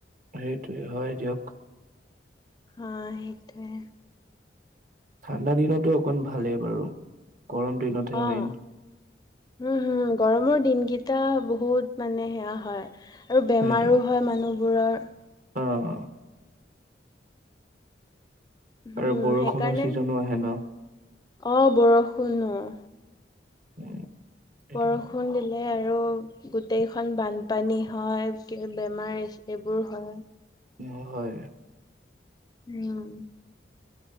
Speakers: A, on the right; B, on the left.
A: সেইটোৱে হয় দিয়ক।
B: অ'! সেইটোৱে।
A: ঠাণ্ডা দিনতো অকণ ভালেই বাৰু। গৰম দিনতহে
B: অ'!
A: মেইন
B: হু! হু! গৰমৰ দিন কে এটা বহুত মানে, সেয়া হয় আৰু বেমাৰো
A: সেইটোৱে
B: হয় মানুহবোৰৰ।
A: অ'।
B: উম
A: আৰু বৰষুণৰ
B: সেইকাৰণে
A: ছিজনো আহে ন'।
B: অ'! বৰষুণ অ'!
A: উম! সেইটো
B: বৰষুণ
A: কাৰণে
B: দিলে আ আৰু গোটেইখন বানপানী হয়, বেমাৰ এইবোৰ হয়।
A: মোৰ হয়।
B: উম!